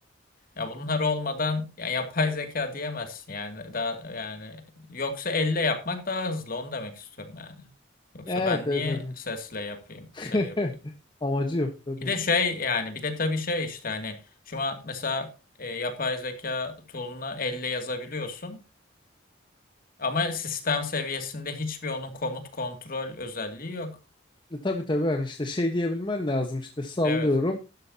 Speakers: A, on the left; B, on the left.
A: Ya bunlar olmadan ya yapay zeka diyemezsin yani daha yani yoksa elle yapmak daha hızlı onu demek istiyorum yani. Yoksa
B: Evet
A: ben
B: evet
A: niye
B: hani.
A: sesle yapayım
B: <laughs>
A: şey yapayım.
B: Amacı yok tabii.
A: Bir de şey yani bir de tabii şey işte hani şu an mesela e, yapay zeka tool'una elle yazabiliyorsun ama sistem seviyesinde hiçbir onun komut kontrol özelliği yok.
B: E, tabii tabii hani işte şey diyebilmen lazım işte sallıyorum.
A: Evet.